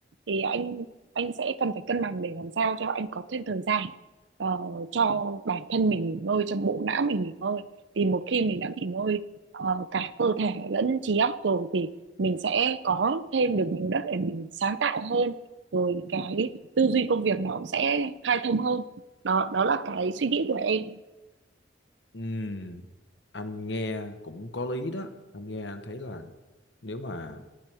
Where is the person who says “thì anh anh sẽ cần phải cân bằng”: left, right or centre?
Right